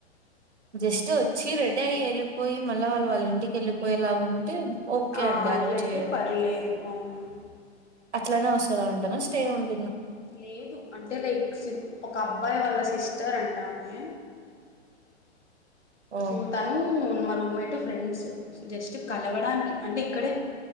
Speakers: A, on the right; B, on the left.
A: జస్ట్ వచ్చి రెడీ అయ్యి వెళ్ళిపోయి మళ్ళీ వాళ్ళు వాళ్ళ ఇంటికి వెళ్ళిపోయేలాగా ఉంటే ఓకే
B: ఆహ్
A: అండి
B: అట్లయితే
A: అలో చేయ
B: పర్లేదు అవును.
A: అట్లానే వస్తదంటనా స్టే ఉంట్.
B: లేదు అంటే లైక్ ఒక అబ్బాయి వాళ్ల సిస్. సిస్టర్ అంట ఆమె.
A: ఓ
B: సో తను. మా రూమ్మెటు ఫ్రెండ్స్ జస్ట్ కలవడానికి అంటే ఇక్కడే